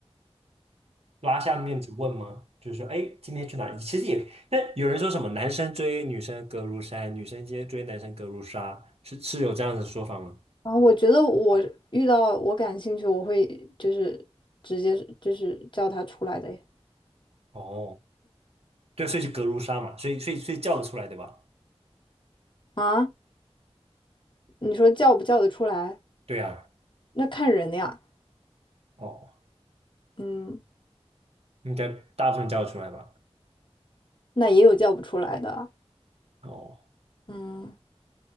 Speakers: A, on the right; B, on the left.
A: 拉下面子问吗？就是说，哎，今天去哪里？其实也，但有人说什么男生追女生隔如山，女生接追男生隔如纱，是是有这样的说法吗？
B: 啊，我觉得我遇到我感兴趣，我会就是直接就是叫他出来的耶
A: 哦，对，所以就隔如纱嘛，所以所以所以叫得出来对吧？
B: 啊，你说叫不叫得出来？
A: 对啊，
B: 那看人呀。
A: 哦，
B: 嗯，
A: 应该大部分叫得出来吧？
B: 那也有叫不出来的啊。
A: 哦，
B: 嗯，